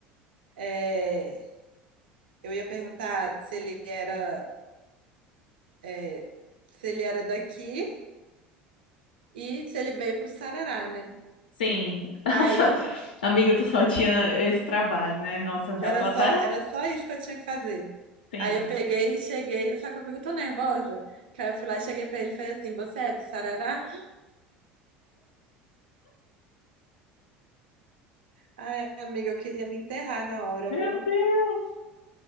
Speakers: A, on the right; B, on the left.
A: É, eu ia perguntar se ele era, é, se ele era daqui e se ele veio para o Sarará, né?
B: Sim, nossa,
A: Aí eu
B: amiga, tu só tinha esse trabalho, né? Nossa, eu já
A: era
B: tô até.
A: só, era só isso que eu tinha que fazer.
B: Sim.
A: Aí eu peguei, cheguei, só que eu fico tão nervosa, que aí eu fui lá e cheguei para ele e falei assim: Você é de Sarará? Ai, amiga, eu queria me enterrar na hora,
B: Meu
A: viu?
B: Deus,